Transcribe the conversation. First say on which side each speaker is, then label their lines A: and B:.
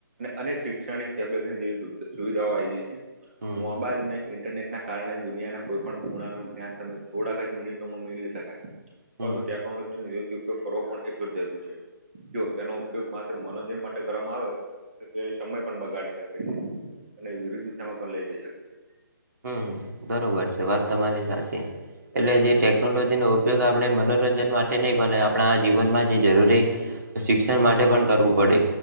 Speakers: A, on the right; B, on the right.
A: અનેક શિક્ષણિક એપ્લિકેશ જેવી સુવિધાઓ આવી છે
B: હમ
A: મોબાઈલ અને ઇન્ટરનેટ ના કારણે દુનિયાના કોઈ પણ ખૂણાનું જ્ઞાન તમે થોડાક જ મિનિટોમાં મેળવી શકાય. પરંતુ
B: હમ
A: ટેકનોલોજી નો યોગ્ય ઉપયોગ કરવો પણ એટલો જ જરૂરી છે. જો તેનો ઉપયોગ માત્ર મનોરંજન માટે કરવામાં આવે તો તે સમય પણ બગાડી શકે છે. અને વિરુદ્ધ દિશામાં પણ લઇ જઈ શકે છે.
B: દર વર્ષે વાત તમારી સાચી. એટલે જે ટેકનોલોજીનો ઉપયોગ આપણે મનોરંજન માટે નહી પણ આપણા આ જીવનમાં જે જરૂરી. શિક્ષણ માટે પણ કરવું પડે